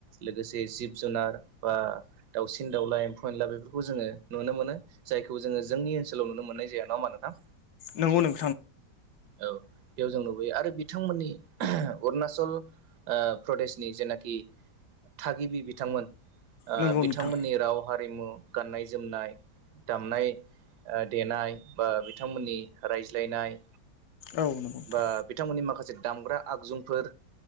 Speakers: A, on the right; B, on the left.
A: लोगोसे जे जिब जुनार बा दाउसिन दाउला एम्फौ एनला बेफोरखौ जोङो नुनो मोन जाय खौ जोङो जोंनि ओनसोलाव नुनो मोननाय जाया नङा होमबा नोथां
B: नंगौ नों
A: औ बेयाव जों लुबैयो आरो बिथांमोननि अरुनाचल प्रदेशनि ओ जेनाखि थागिबि बिथांमोन ओ
B: नंगौ
A: बिथांमोननि
B: नोंथां
A: राव हारिमु गाननाय जोमनाय दामनाय ओ देनाय बा बिथांमोननि राय लायनाय
B: औ नंगौ नोंथां
A: बा बिथांमोननि माखासे दामग्रा आगजुफोर